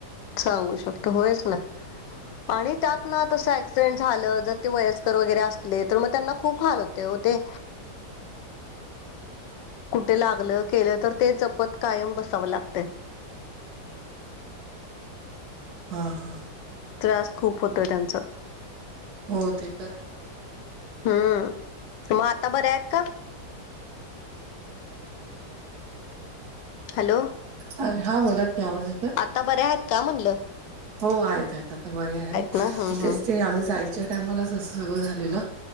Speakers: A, on the left; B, on the right.
A: सांगू शकत होयच ना, आणि त्यात ना तस ऍक्सिडेंट झालं, जर ते व वयस्कर वगैरे असले तर, मग त्यांना खूप हाल होते ओ ते. कुठे लागलं केलं तर ते जपत कायम बसावं लागतंय.
B: हा हा.
A: त्रास खूप होतोय त्यांचा, -
B: हो ते तर आहे.
A: हम्म, मग आता बऱ्या आहेत का? हॅलो
B: अ हा बोला की आवाज येतोय?
A: आता बऱ्या आहेत का म्हणलं?
B: हो आहेत आहेत आता बरे आहे
A: आहेत ना हम्म
B: तेच
A: हम्म
B: ते आम्ही जायचे टाईमालाच असं सगळं झालेलं